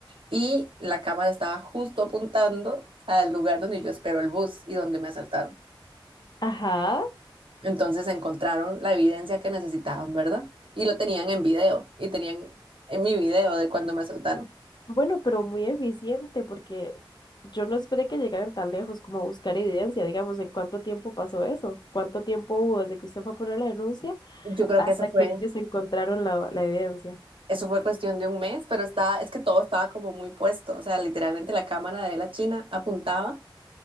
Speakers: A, on the right (about 80°); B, on the left (about 55°).
A: y la cámara estaba justo apuntando al lugar donde yo espero el bus y donde me asaltaron.
B: Ajá.
A: Entonces encontraron la evidencia que necesitaban, ¿verdad? Y lo tenían en video y tenían en mi video de cuando me asaltaron.
B: Bueno, pero muy eficiente porque yo no esperé que llegaran tan lejos como a buscar evidencia, digamos, en cuánto tiempo pasó eso, cuánto tiempo hubo desde que usted fue a poner la denuncia
A: Yo creo
B: hasta
A: que eso fue,
B: que ellos encontraron la, la evidencia.
A: eso fue cuestión de un mes, pero estaba, es que todo estaba como muy puesto, o sea, literalmente la cámara de la China apuntaba